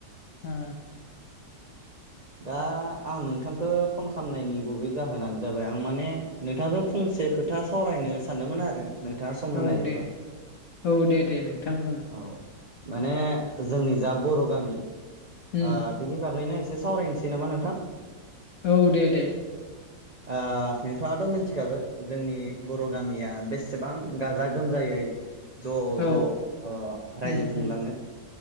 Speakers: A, on the left; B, on the right.
A: ए।
B: दा आं नोंथांखौ फन खालामामनायनि गुबै जाहोनानो जाबाय आं माने नोंथांखौ फंसे खोथा सावरायनो सानदोंमोन आरो। नोंथाङा सम होनो
A: औ
B: हायोबा।
A: दे औ दे दे नोंथां बुं।
B: औ माने जोंनि जा बर' गामि। ओ-
A: उम
B: बिनि बागैनो एस सावरायनोसै नामा नोंथां?
A: औ दे दे।
B: ओ- नोंथाङाथ' मिथिखागोन जोंनि बर' गामिया बेसेबां गाजा गोमजायै। ज'
A: औ
B: ज' ओ- रायजो
A: उम
B: खुंलाङो।
A: उम